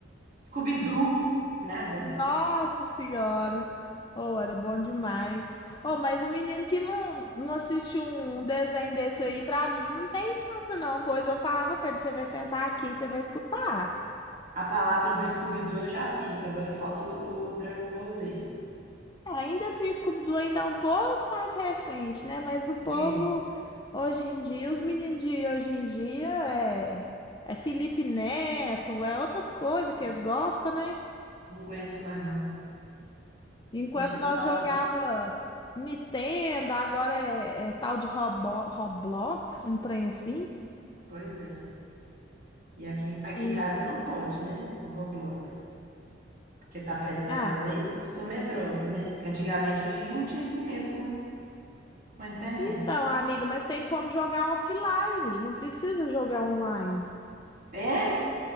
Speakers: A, on the right; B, on the left.
A: Scooby-Doo. Nada.
B: Nossa Senhora! Oh, era bom demais. Oh, mas um menino que não, não assiste um um desenho desse aí, pra mim, não tem infância, não. Pois eu falava com ele: você vai sentar aqui, você vai escutar.
A: A palavra do Scooby-Doo eu já fiz, agora falta o Dragon Ball Z.
B: Ainda assim, o Scooby-Doo ainda é um pouco mais recente, né? Mas o povo,
A: É,
B: hoje em dia, os meninos de hoje em dia, é, é Felipe Neto, é outras coisas que eles gostam, né?
A: não aguento isso mais não.
B: Enquanto
A: Sentindo
B: nós
A: falta.
B: jogava Nintendo, agora é, é tal de Robo- Roblox, um trem assim.
A: Pois é. E aqui, em- aqui
B: Hum.
A: em casa não pode, né? O Roblox. Porque tá aprendendo
B: Ah,
A: a lei. Eu Sou medrosa, né? Porque antigamente a gente não tinha esse medo com, com a internet.
B: então, amiga, mas tem como jogar offline, não precisa jogar online.
A: É?